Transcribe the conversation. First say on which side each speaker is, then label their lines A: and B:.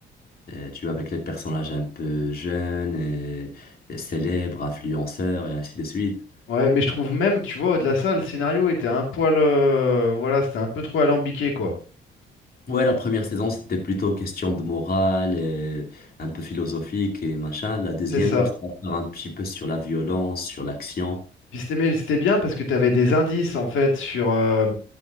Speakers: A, on the left; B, on the left.
A: Euh, tu vois avec les personnages un peu jeunes et, et célèbres, influenceurs et ainsi de suite.
B: Ouais, mais je trouve même, tu vois, au-delà de ça, le scénario était un poil. euh, voilà, c'était un peu trop alambiqué, quoi.
A: Ouais, la première saison, c'était plutôt question de morale et un peu philosophique et machin. La deuxième,
B: C'est ça.
A: ça part un petit peu sur la violence, sur l'action.
B: Puis c'était mais c'était bien parce que t'avais des indices, en fait, sur, euh,